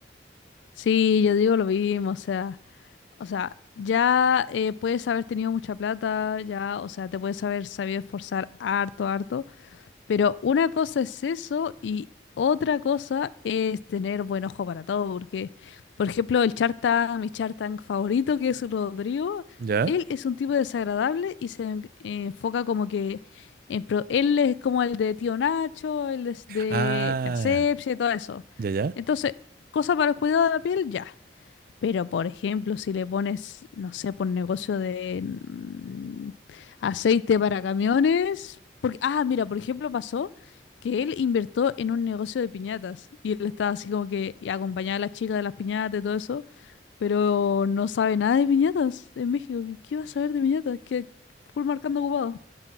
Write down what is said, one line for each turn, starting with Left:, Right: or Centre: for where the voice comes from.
Left: Sí, yo digo lo mismo, o sea, o sea, ya eh, puedes haber tenido mucha plata, ya, o sea, te puedes haber sabido esforzar harto, harto. Pero una cosa es eso y otra cosa es tener buen ojo para todo, porque, por ejemplo, el Chartang, mi Chartang favorito, que es Rodrigo,
Right: ¿Ya?
Left: él es un tipo desagradable y se en- enfoca como que en pro- él es como el de Tío Nacho, él es de
Right: Ah,
Left: Asepsia y todo eso.
Right: ya, ya.
Left: Entonces, cosa para el cuidado de la piel, ya. Pero, por ejemplo, si le pones, no sé, por negocio de mm, aceite para camiones. Porque, ah, mira, por ejemplo, pasó que él invirtió en un negocio de piñatas y él estaba así como que acompañaba a la chica de las piñatas y todo eso, pero no sabe nada de piñatas en México. ¿Qué, qué va a saber de piñatas? Que full marcando ocupado.